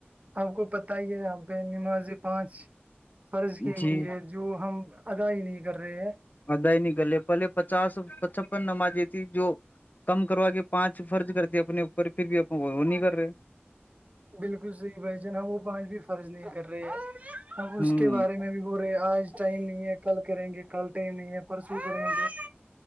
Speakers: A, on the right; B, on the left.
A: آپ کو پت ہی ہے پہلے نمازی پانچ فرض کی
B: جی
A: گئی ہے جو ہم ادا ہی نہیں کر رہے ہیں
B: ادائی ہی نہیں کرلے پہے پچاس پچپن نمازی تھی جو کم کروا کے پانچ فرض کرتے اپنے اوپر پھر بھی وہ نہیں کر رہے
A: بالکل صحیح بھائی جان ہم وہ پانچ بھی فرض نہیں کر رہے ہیں ہم اس
B: ہوں
A: کے بارے میں بھی بول رے آج ٹائم نہیں ہے کل کریں گے کل ٹائم نہیں ہے پرسوں کے رہیں گے